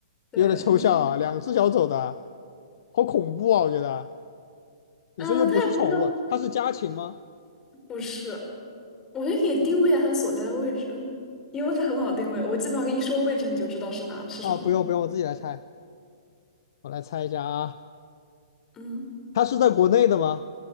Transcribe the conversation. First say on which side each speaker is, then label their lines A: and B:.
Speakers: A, on the left; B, on the left.
A: 对你，
B: 有点抽象啊，两只脚走的，好恐怖啊，我觉得。你说又不是宠物，
A: 呃，它也不叫，
B: 它是家禽吗？
A: 不是，我觉得可以定位一下它所在的位置，因为它很好定位，我基本上一说位置你就知道是哪是什么，
B: 啊，不用不用，我自己来猜，我来猜一下啊，
A: 嗯，
B: 它是在国内的吗？